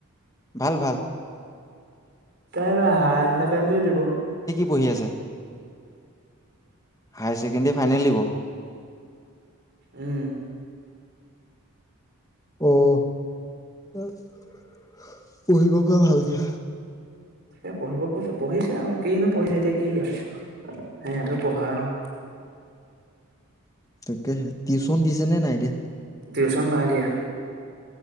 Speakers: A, on the left; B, on the right.
A: ভাল ভাল।
B: তাই এইবাৰ হায়ৰ ছেকেণ্ডৰি দিব।
A: পহি আছে। হায়াৰ ছেকেণ্ডেৰী ফাইনেল দিব।
B: উম।
A: অহ '। পঢ়িব কোৱা ভালকে।
B: তাকে পঢ়িব কৈছো পঢ়িছে আৰু। কিনো পঢ়িছে এতিয়া কি আৰু সিহঁতৰ পঢ়া আৰু
A: তাকেহে। টিউচন দিছে নে নাই এতিয়া?
B: টিউশচন নাই দিয়া।